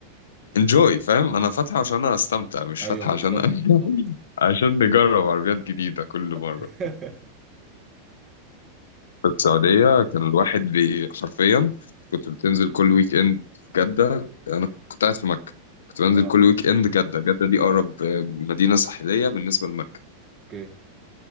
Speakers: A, on the left; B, on the right.
A: انجوي فاهم انا فاتحه عشان انا استمتع مش
B: ايوه
A: فاتحه
B: بالظبط
A: عشان <laughs>
B: بالظبط
A: عشان نجرب عربيات جديده كل مره
B: <laughs>
A: في السعودية كان الواحد بي حرفيا كنت بتنزل كل ويك اند في جدة أنا كنت قاعد في مكة كنت بنزل
B: آه،
A: كل ويك اند جدة جدة دي أقرب آه، مدينة ساحلية بالنسبة لمكة
B: اوكي